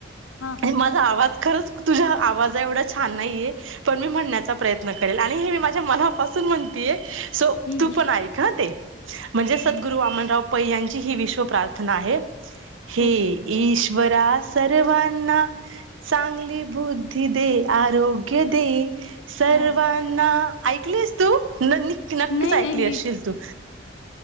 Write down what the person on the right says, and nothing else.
आणि
माझा आवाज खरंच तुझ्या आवाज एवढा छान नाहीये पण मी म्हणण्याचा प्रयत्न करेल आणि हे मी माझ्या मनापासून म्हण ते सो
पण ऐक ते म्हणजे
सदगुरु वामनराव पैयांची ही विश्व प्रार्थना आहे हे
ईश्वरा सर्वांना चांगली बुद्धी दे आरोग्य दे. सर्वांना
ऐकलेस तू न न नक्कीच
ऐकली
असशेील तू